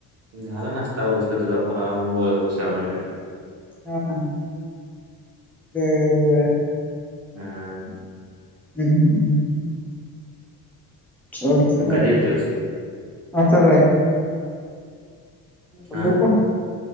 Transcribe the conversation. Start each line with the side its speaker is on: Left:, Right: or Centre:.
Right: झाला नाष्टा बसलोय तुझा फोन आलाय म्हणून बोलत बसुया म्हणल.
Centre: हा हा बर बर.
Right: हा.
Centre: हं. चालते
Right: कधी
Centre: मग.
Right: येतोयस
Centre: आता काय? <unintelligible>
Right: हा